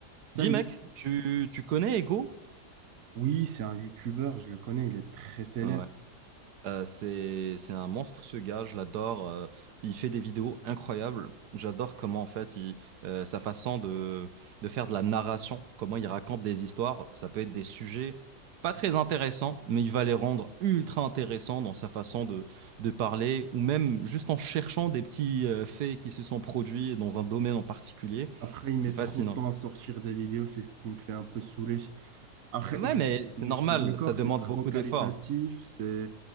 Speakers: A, on the right; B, on the right.
A: Salut.
B: Dis mec, tu, tu connais Ego?
A: Oui, c'est un youtubeur, je le connais, il est très célèbre.
B: Ah ouais. Euh, c'est, c'est un monstre ce gars, je l'adore. euh, il fait des vidéos incroyables. J'adore comment en fait il, euh, sa façon de, de faire de la narration, comment il raconte des histoires. Ça peut être des sujets pas très intéressants, mais il va les rendre ultra intéressants dans sa façon de, de parler, ou même juste en cherchant des petits euh, faits qui se sont produits dans un domaine en particulier.
A: Après, il
B: C'est
A: met
B: fascinant.
A: trop de temps à sortir des vidéos, c'est ce qui me fait un peu saouler. Après,
B: Euh, ouais,
A: je,
B: mais c'est
A: je
B: normal,
A: suis d'accord,
B: ça demande
A: c'est trop
B: beaucoup
A: qualitatif,
B: d'efforts.
A: c'est,